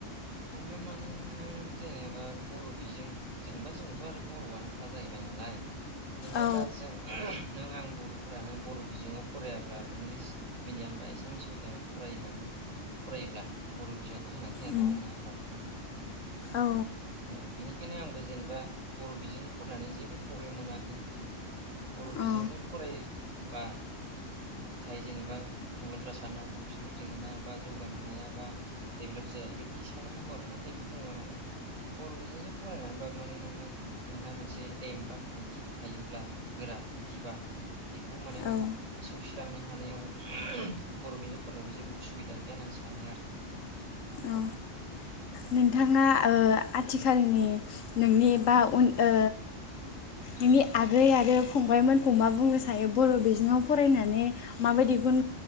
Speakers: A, on the right; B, on the left.
A: प्रब्लेम माने नोंथां जेनेबा बर' बिजों जेनेबा जोंथ' आरो बर'आनोखा जाहैबाय नालाय जेनेबा
B: औ
A: दा जों <unintelligible> नों आं बर'फोरानो बर' बिजोङाव फरायाब्ला इंलिस मिडियाम बा एसामिस मिडियामाव फरायनानै फरायोब्ला बर' बिजोङा थ' जोंना थैना
B: अ
A: थांगोन ना। नों थां
B: औ
A: औ बिनिखायनो आंबो जेनेबा बर' बेजों फरायनानै जेबो प्रब्लेम मोनाखै। बर' बिजोंजों
B: अ
A: फरायबा थायो जेनेबा गुबुनफ्रा साननो हागौ साख्रि मोना बा जौगानो हाया बा डेभेलप जाया एबायदि साननो हागौ आरो नाथाय बिदि नोङा माने बर' बिजोंसो फरायनानैबा माने नोङो। नोंहा मोनसे एम बा थांखि थायोब्ला गोरा थांखिबा बेखौ माने नों
B: औ
A: सौसिलांनो ह हानायाव बर' बिन्जोंजों फरायनायावबो जेबो उसुबिदा गैया होनना आं सानो आरो
B: औ नोंथाङा ओ आथिखालनि नोंनि बा उन ओ नोंनि आगै आरो फंबायमोनखौ मा बुंनो सायो बर' बिजोङाव फरायनानै माबायदि गुन